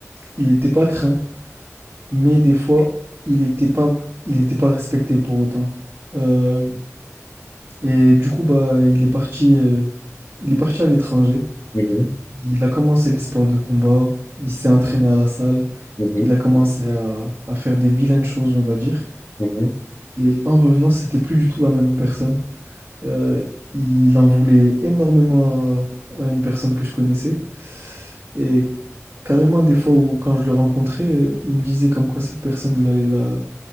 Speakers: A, on the right; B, on the left.
A: il n'était pas craint, mais des fois, il n'était pas, il était pas respecté pour autant. Euh, et du coup, bah, il est parti, euh, il est parti à l'étranger.
B: Mhm,
A: Il a commencé les sports de combat, il s'est entraîné à la salle,
B: mhm,
A: il a commencé à, à faire des vilaines choses, on va dire.
B: mhm.
A: Et en revenant, c'était plus du tout la même personne. Euh, il en voulait énormément à, à une personne que je connaissais. Et carrément, des fois où quand je le rencontrais, euh, il me disait comme quoi cette personne, il allait la,